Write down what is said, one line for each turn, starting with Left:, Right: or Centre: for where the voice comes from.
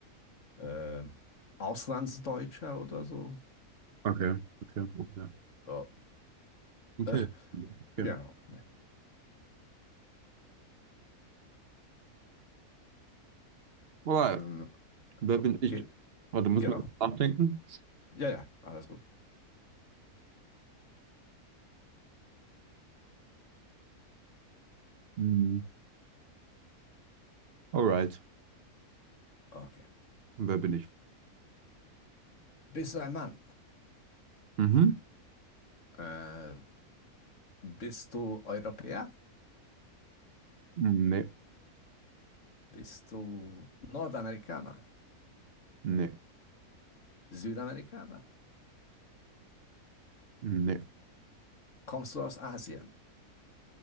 Left: äh, Auslandsdeutscher oder so.
Right: Okay, okay, ja.
Left: Ja,
Right: Okay.
Left: äh, genau.
Right: Okay.
Left: ja.
Right: Alright.
Left: Ähm,
Right: Wer
Left: okay,
Right: bin ich? Warte, muss
Left: genau.
Right: man kurz nachdenken?
Left: Ja, ja, alles gut.
Right: Hm. Alright.
Left: Okay.
Right: Wer bin ich?
Left: Bist du ein Mann?
Right: Mhm.
Left: Äh, bist du Europäer?
Right: Nee,
Left: Bist du Nordamerikaner?
Right: nee,
Left: Südamerikaner?
Right: nee.
Left: Kommst du aus Asien?